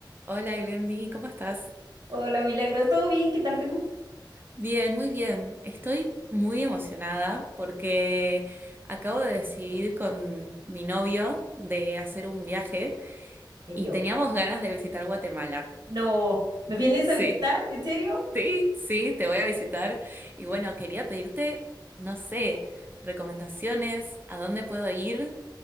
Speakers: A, on the right; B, on the right.
A: Hola Glendy, ¿cómo estás?
B: Hola, Milagros, ¿todo bien? ¿Qué tal te fue? ¿En
A: Bien, muy bien. Estoy muy emocionada porque acabo de decidir con mi novio de hacer un viaje
B: serio?
A: y teníamos ganas de visitar Guatemala.
B: No, ¿me vienes
A: Sí,
B: a visitar? ¿En serio?
A: sí, sí, te voy a visitar. Y bueno, quería pedirte, no sé, recomendaciones, a dónde puedo ir